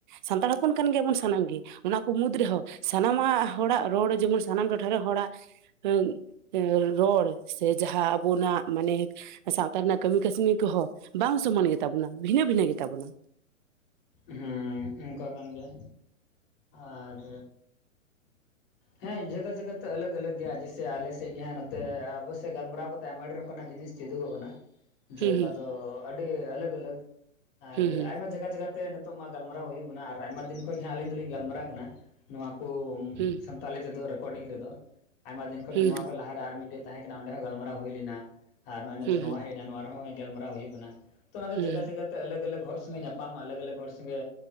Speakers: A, on the right; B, on the left.
A: ᱥᱟᱱᱛᱟᱲ ᱦᱚᱯᱚᱱ ᱠᱟᱱ ᱜᱮᱭᱟᱵᱚᱱ ᱥᱟᱱᱟᱢ ᱜᱮ, ᱚᱱᱟ ᱠᱚ ᱢᱩᱫᱽ ᱨᱮᱦᱚᱸ ᱥᱟᱱᱟᱢᱟᱜ ᱦᱚᱲᱟᱜ ᱨᱚᱲ ᱡᱮᱢᱚᱱ ᱥᱟᱱᱟᱢ ᱴᱚᱴᱷᱟᱨᱮ ᱦᱚᱲᱟᱜ ᱳᱭ ᱨᱚᱲ ᱥᱮ ᱡᱟᱦᱟᱸ ᱟᱵᱚᱱᱟᱜ ᱢᱟᱱᱮ ᱥᱟᱶᱛᱟ ᱨᱮᱱᱟᱜ ᱠᱟᱹᱢᱤ ᱠᱟᱹᱥᱱᱢᱤ ᱠᱚᱦᱚᱸ ᱵᱟᱝ ᱥᱚᱢᱟᱱ ᱜᱮᱛᱟᱵᱚᱱᱟ ᱵᱷᱤᱱᱟᱹ ᱵᱷᱤᱱᱟᱹ ᱜᱮᱛᱟ ᱵᱚᱱᱟ᱾
B: ᱦᱩᱸᱚᱝᱠᱟ ᱠᱟᱱ ᱜᱮᱭᱟ ᱟᱨ ᱦᱮᱸ ᱡᱟᱜᱟ ᱡᱟᱜᱟ ᱛᱚ ᱟᱞᱟᱜᱽ ᱟᱞᱟᱜᱽ ᱜᱮᱭᱟ ᱡᱮᱥᱮ ᱟᱞᱮᱥᱮᱫ ᱜᱮ ᱡᱟᱦᱟᱸ ᱱᱚᱛᱮ ᱟᱵᱚ ᱥᱮᱫ ᱜᱟᱞᱢᱟᱨᱟᱣ ᱠᱟᱛᱮ ᱟᱭᱢᱟ ᱰᱷᱮᱨ ᱚᱱᱠᱟᱱᱟᱜ ᱡᱤᱱᱤᱥ ᱪᱮᱫᱚᱜᱚᱜ ᱠᱟᱱᱟ ᱡᱮ
A: ᱦᱩᱸ
B: ᱚᱠᱟ ᱫᱚ ᱟᱹᱰᱤ ᱟᱞᱟᱜᱽ ᱟᱞᱟᱜᱽ ᱟᱨ
A: ᱦᱩᱸ ᱦᱩᱸ
B: ᱟᱭᱢᱟ ᱡᱟᱜᱟ ᱡᱟᱜᱟ ᱛᱮ ᱱᱤᱛᱚᱜ ᱢᱟ ᱜᱟᱞᱢᱟᱨᱟᱣ ᱦᱩᱭᱩᱜ ᱠᱟᱱᱟ ᱟᱨ ᱟᱭᱢᱟ ᱫᱤᱱ ᱠᱷᱚᱡ ᱜᱮ ᱟᱹᱞᱤᱧ ᱫᱚᱞᱤᱧ ᱜᱟᱞᱢᱟᱨᱟᱜ ᱠᱟᱱᱟ ᱱᱚᱣᱟ ᱠᱚ
A: ᱦᱩᱸ᱾
B: ᱥᱟᱱᱛᱟᱞᱤ ᱛᱮᱫᱚ ᱨᱮᱠᱚᱰᱤᱝ ᱨᱮᱫᱚ ᱟᱭᱢᱟ ᱫᱤᱱ ᱠᱷᱚᱡ
A: ᱦᱩᱸ
B: ᱜᱮ ᱱᱚᱣᱟ ᱠᱷᱚᱡ ᱞᱟᱦᱟ ᱛᱮ ᱟᱨ ᱢᱤᱫᱴᱮᱡ ᱛᱟᱦᱮᱸ ᱠᱟᱱᱟ ᱚᱸᱰᱮ ᱦᱚᱸ ᱜᱟᱞᱢᱟᱨᱟᱣ ᱦᱩᱭ ᱞᱮᱱᱟ ᱟᱨ ᱱᱚᱜ-ᱚᱸᱭ ᱱᱤᱛᱚᱜ
A: ᱦᱩᱸ ᱦᱩᱸ
B: ᱱᱚᱣᱟ ᱦᱮᱡ ᱮᱱᱟ ᱱᱚᱣᱟ ᱨᱮᱦᱚᱸ ᱜᱟᱞᱢᱟᱨᱟᱣ ᱦᱩᱭᱩᱜ ᱠᱟᱱᱟ᱾ ᱛᱚ ᱚᱱᱟ ᱫᱚ
A: ᱦᱩᱸ
B: ᱡᱟᱜᱟ ᱡᱟᱜᱟ ᱛᱮ ᱚᱞᱚᱜᱽ ᱚᱞᱚᱜᱽ ᱦᱚᱲ ᱥᱚᱸᱜᱮ ᱧᱟᱯᱟᱢ ᱚᱞᱚᱜᱽ ᱚᱞᱚᱜᱽ ᱦᱚᱲ ᱥᱚᱸᱜᱮ